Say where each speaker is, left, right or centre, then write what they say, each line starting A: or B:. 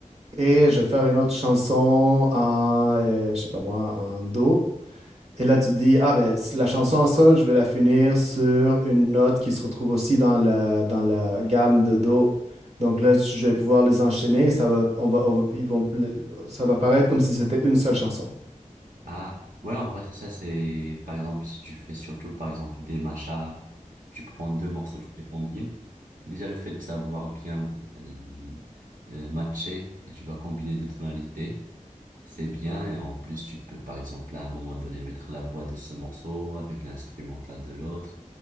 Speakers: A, on the right; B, on the right.
A: et
B: Ouais.
A: je vais faire une autre chanson en, euh, je sais pas moi, en do. Et là, tu dis, ah, ben, c- la chanson en sol, je vais la finir sur une note qui se retrouve aussi dans la, dans la gamme de do. Donc là, tu- je vais pouvoir les enchaîner. Ça va, on va, on va- ils vont, le- ça va paraître comme si c'était une seule chanson.
B: Ah, ouais, en vrai, c'est ça. C'est, par exemple, si tu fais surtout, par exemple, des mashups, tu prends deux morceaux, tu les combines. Déjà, le fait de savoir bien euh, euh, matcher, et tu vas combiner deux tonalités, c'est bien. Et en plus, tu peux, par exemple, à un moment donné, mettre la voix de ce morceau avec l'instrumental de l'autre.